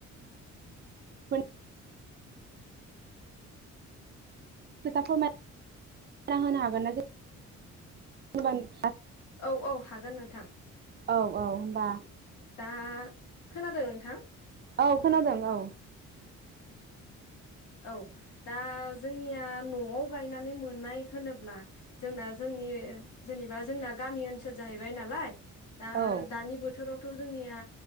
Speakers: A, on the right (about 35°); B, on the left (about 80°).
A: बेफोरनि <unintelligible>
B: औ औ हागोन नोंथां।
A: औ औ होमबा।
B: दा। खोनादों नोंथां?
A: औ खोनादों औ।
B: औ दा जोंनिया न'आव गायनानै मोननाय होनोब्ला जोंना जोंनि जेनेबा जोंना गामि ओनसोल जाहैबाय नालाय। दा
A: औ
B: दानि बोथोराव। थ' जोंनिया